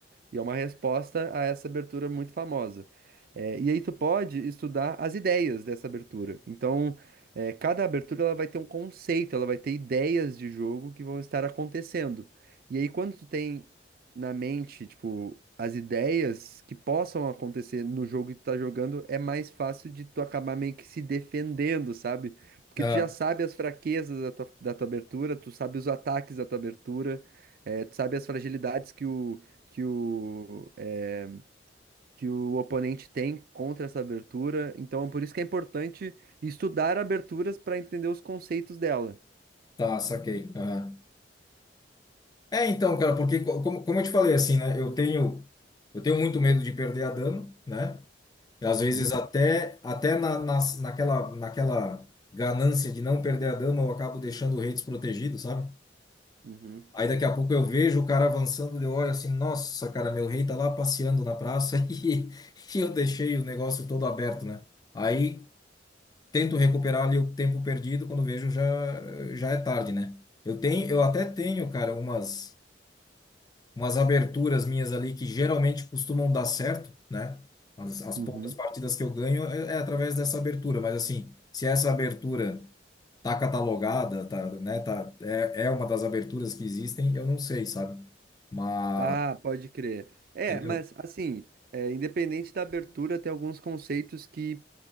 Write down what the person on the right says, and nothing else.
E é uma resposta a essa abertura muito famosa. É, e aí tu pode estudar as ideias dessa abertura. Então, é, cada abertura ela vai ter um conceito, ela vai ter ideias de jogo que vão estar acontecendo. E aí, quando tu tem na mente, tipo, as ideias que possam acontecer no jogo que tu tá jogando, é mais fácil de tu acabar meio que se defendendo, sabe? Porque
tu já sabe as fraquezas da tua, da tua abertura, tu sabe os ataques da tua abertura, é, tu sabe as fragilidades que o que o, é, que o oponente tem contra essa abertura. Então, por isso que é importante estudar aberturas para entender os conceitos dela.
Uhum,
uhum,
uhum.
Ah, pode crer. É,
mas assim, é, independente da abertura, tem alguns conceitos que